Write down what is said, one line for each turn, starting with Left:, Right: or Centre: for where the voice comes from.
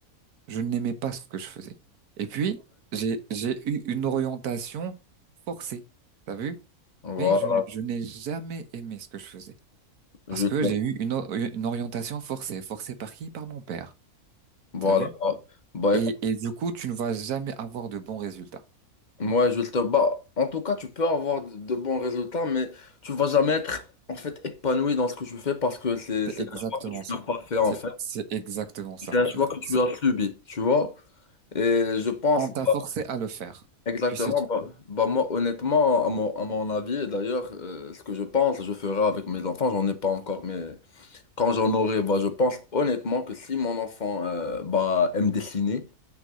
Right: Je n'aimais pas ce que je faisais. Et puis, j'ai, j'ai eu une orientation forcée. T'as vu?
Left: Voilà,
Right: Mais je, ne- je n'ai jamais aimé ce que je faisais.
Left: Juste
Right: Parce que j'ai eu une, o- une orientation forcée. Forcée par qui? Par mon père.
Left: Voilà.
Right: T'as vu?
Left: Bah
Right: Et,
Left: écoute,
Right: et du coup, tu ne vas jamais avoir de bons résultats.
Left: moi je te bah, en tout cas, tu peux avoir de, de bons résultats, mais tu vas jamais être en fait épanoui dans ce que tu fais parce que c'est
Right: C'est
Left: c'est
Right: exactement
Left: un choix que tu
Right: ça.
Left: n'as pas fait en
Right: C'est,
Left: fait.
Right: c'est exactement ça,
Left: C'est un
Right: en fait.
Left: choix que tu
Right: C'est,
Left: as subi, tu vois. Et je pense
Right: on t'a
Left: bah,
Right: forcé à le faire.
Left: exactement,
Right: Puis c'est tout.
Left: bah, bah, moi honnêtement, à mon, à mon avis, et d'ailleurs, euh, ce que je pense, je ferai avec mes enfants, j'en ai pas encore, mais quand j'en aurai, bah, je pense honnêtement que si mon enfant euh, bah, aime dessiner,